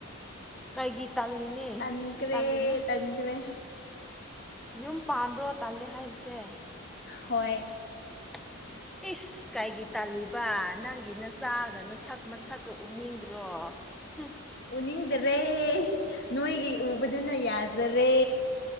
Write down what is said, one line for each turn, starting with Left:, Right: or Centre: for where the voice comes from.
Centre: ꯀꯩꯒꯤ ꯇꯜꯂꯤꯅꯤ
Left: ꯇꯟꯈ꯭ꯔꯦ-ꯇꯟꯈ꯭ꯔꯦ
Centre: ꯇꯜꯂꯨꯅꯨ ꯌꯨꯝ ꯄꯥꯝꯕ꯭ꯔꯣ ꯇꯜꯂꯦ ꯍꯥꯏꯔꯤꯁꯦ
Left: ꯍꯣꯏ
Centre: <unintelligible> ꯏꯁꯁ ꯀꯥꯏꯒꯤ ꯇꯥꯜꯂꯤꯕ ꯅꯪꯒꯤꯅ ꯆꯥꯒꯅ ꯅꯁꯛ ꯃ ꯁꯛꯀ ꯎꯅꯤꯡꯗ꯭ꯔꯣ ꯍꯝ
Left: ꯎꯅꯤꯡꯗꯥꯔꯦ ꯅꯣꯏꯒꯤ ꯎꯕꯗꯨꯅ ꯌꯥꯖꯔꯦ